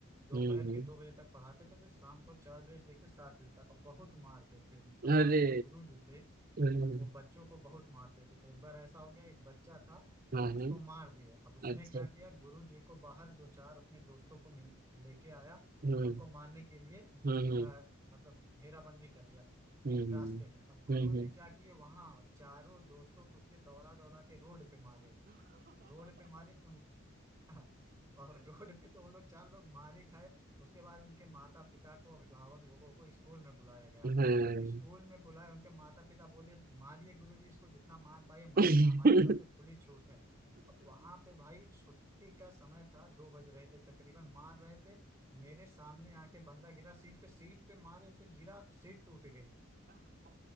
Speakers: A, on the right (about 20°); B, on the right (about 40°).
A: दोपहर
B: हुँ, हुँ।
A: के दो बजे तक पढ़ाते थे फिर शाम को चार बजे से लेके सात बजे तक और बहुत मारते थे मतलब
B: अरे!
A: हमारे जो गुरु जी थे
B: हुँ,
A: वो बच्चों को बहुत मारते थे तो एक बार ऐसा हो गया एक बच्चा था
B: हाँ, हाँ।
A: उसको मार दिया अब उसने
B: अच्छा।
A: क्या किया गुरु जी को बाहर दो चार अपने दोस्तों को मिल लेके आया
B: हुँ,
A: उनको मारने के लिए
B: हुँ, हुँ,
A: आ, मतलब घेराबंदी कर लिया
B: हुँ, हुँ।
A: रास्ते में अब गुरु
B: हुँ,
A: जी
B: हुँ।
A: क्या किए वहां चारों दोस्तों को उसके दौड़ा दौड़ा के रोड पे मारे रोड पे मारे उन <laughs> हाँ, और रोड पे तो वो लोग चार लोग मार ही खाए उसके बाद उनके माता पिता को अभिभावक लोगों को स्कूल में बुलाया गया
B: हाँ।
A: स्कूल में बुलाए उनके माता पिता बोले मारिए गुरुजी इसको जितना मार पाए मारिए
B: <laughs>
A: हमारी तरफ से खुली छूट है अब वहां पे भाई छुट्टी का समय था दो बज रहे थे तकरीबन मार रहे थे मेरे सामने आके बंदा गिरा सीट पे सीट पे मारे उसे गिरा सीट टूट गई